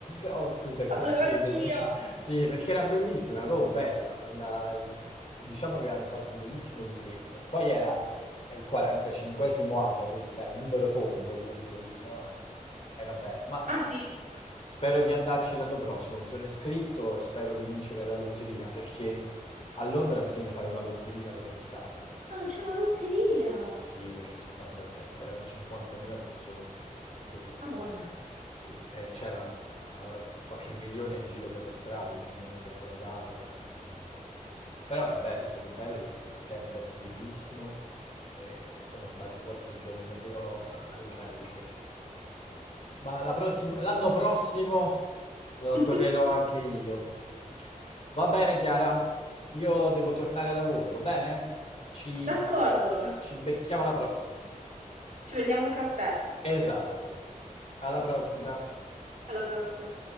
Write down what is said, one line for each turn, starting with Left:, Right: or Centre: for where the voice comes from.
Left: <laughs> oh scusa il francese,
Right: La volevo anch'io!
Left: <laughs> sì perché era bellissima, era proprio bella, la- diciamo che hanno fatto un bellissimo disegno, poi era il 45esimo anno, quindi sai, un numero tondo come dico io, no? Eh, Era bello, ma...
Right: Ah, sì.
Left: Spero di andarci l'anno prossimo, mi sono iscritto e spero di vincere la lotteria perché a Londra bisogna fare una lotteria per entrare.
Right: Ah, c'è la lotteria.
Left: Sì, perché c'è tanta gente, erano 50.000 persone a correre.
Right: Madonna.
Left: Sì, e c'era allora, qualche milione in giro per le strade, ovviamente, a guardare. a- a- Però è bello, è stato bello perché il tempo era bellissimo, e sono stati quattro giorni davvero, davvero belli, sì. Ma la prossima- l'anno prossimo lo
Right: <laughs>
Left: correrò anche io. Va bene, Chiara? Io devo tornare al lavoro, va bene? Ci,
Right: D'accordo.
Left: ci becchiamo alla prossima.
Right: Ci prendiamo un caffè.
Left: Esatto. Alla prossima.
Right: Alla prossima.